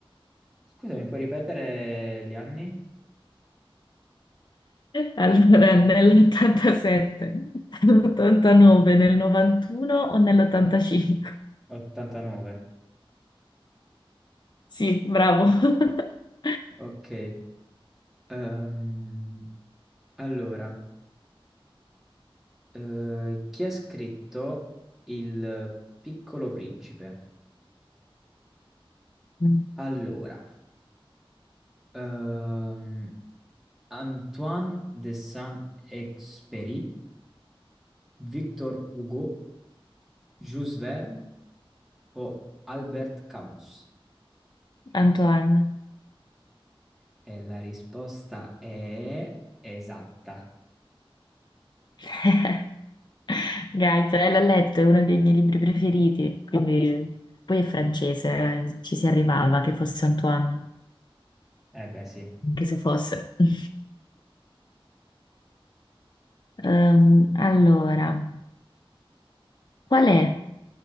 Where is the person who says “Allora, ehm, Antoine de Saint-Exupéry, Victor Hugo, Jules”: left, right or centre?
Centre